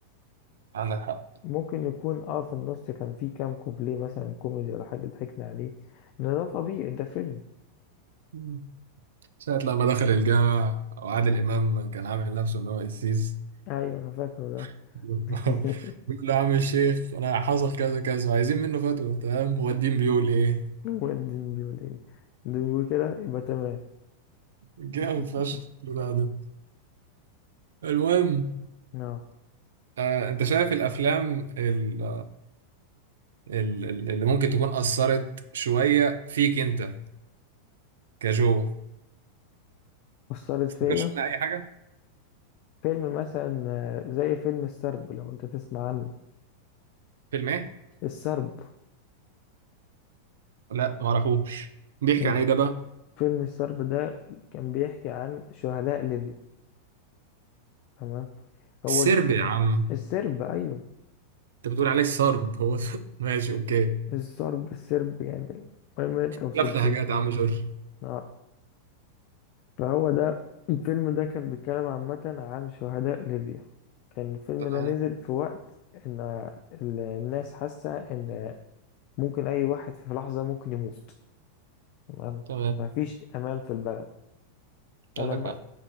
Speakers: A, on the right (about 60°); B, on the left (about 40°).
A: عندك حق
B: ممكن يكون اه في النص كان فيه كام كوبليه مثلا كوميدي ولا حاجة ضحكنا عليه ان ده طبيعي ده فيلم
A: مم. ساعة لما دخل الجامع وعادل إمام كان عامل نفسه إن هو قسيس
B: ايوه انا فاكره ده
A: <laughs>
B: <laughs>
A: بيقول له يا عم الشيخ أنا حصل كذا كذا عايزين منه فتوى تمام هو الدين بيقول إيه
B: هو الدين بيقول ايه الدين بيقول كده يبقى تمام
A: جامد
B: <laughs>
A: فشخ البتاع ده المهم
B: اه
A: آه، انت شايف الافلام ال- ال- ال- اللي ممكن تكون اثرت شويه فيك انت كجو
B: أثرت
A: تفتكرش
B: فيا
A: منها اي حاجه
B: فيلم مثلا آه، زي فيلم السرب لو انت تسمع عنه
A: فيلم ايه
B: السرب
A: لا ما اعرفوش بيحكي
B: إيه؟
A: عن ايه ده بقى
B: فيلم السرب ده كان بيحكي عن شهداء ليبيا تمام
A: السرب
B: هو الف...
A: يا عم
B: السرب ايوه
A: انت بتقول عليه السرب هو <laughs> ماشي اوكي
B: السرب السرب يعني المهم انت وصلت
A: لف حاجات
B: له
A: يا عم جورج
B: اه فهو ده الفيلم ده كان بيتكلم عامة عن شهداء ليبيا كان الفيلم
A: تمام
B: ده نزل في وقت ان ال- الناس حاسة ان ممكن اي واحد في لحظة ممكن يموت تمام
A: تمام
B: مفيش امان في البلد فلما
A: عندك حق